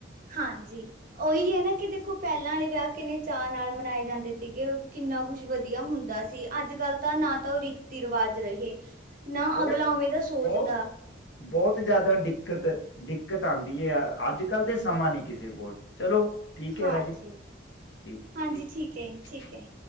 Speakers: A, on the right; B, on the left.
A: ਹਾਂਜੀ। ਉਹੀ ਹੈ ਨਾ ਕਿ ਦੇਖੋ ਪਹਿਲਾਂ ਵਾਲੇ ਵਿਆਹ ਕਿੰਨੇ ਚਾਅ ਨਾਲ ਮਨਾਏ ਜਾਂਦੇ ਸੀਗੇ, ਕਿੰਨਾ ਕੁਛ ਵਧੀਆ ਹੁੰਦਾ ਸੀ। ਅੱਜ ਕੱਲ ਤਾਂ ਨਾ ਤਾਂ ਉਹ ਰੀਤੀ ਰਿਵਾਜ ਰਹੇ, ਨਾ
B: ਬਹੁਤ,
A: ਅਗਲਾ ਉਵੇਂ ਦਾ ਸੋਚਦਾ
B: ਬਹੁਤ -ਬਹੁਤ ਜ਼ਿਆਦਾ ਦਿੱਕਤ ਦਿੱਕਤ ਆਉਂਦੀ ਹੈ ਆ, ਅੱਜ ਕੱਲ ਤੇ ਸਮਾਂ ਨਹੀਂ ਕਿਸੇ ਕੋਲ ਚਲੋ। ਠੀਕ ਕਿਹਾ
A: ਹਾਂਜੀ
B: ਰਾ ਜੀ, ਠੀਕ ਹੈ
A: ਹਾਂਜੀ
B: ਠੀਕ।
A: ਹੈ ਹੈ